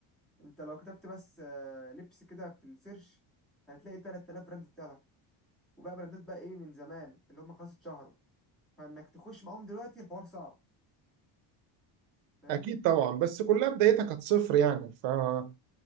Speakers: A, in the centre; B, on the right.
A: انت لو كتبت بس آه، لبس كده في السيرش هتلاقي 3000 براند طلع وبقى براندات بقى ايه من زمان اللي هم خلاص اتشهروا فانك تخش معاهم دلوقتي الحوار صعب فاهمني
B: أكيد طبعا بس كلها بدايتها كانت صفر يعني فمتهيألي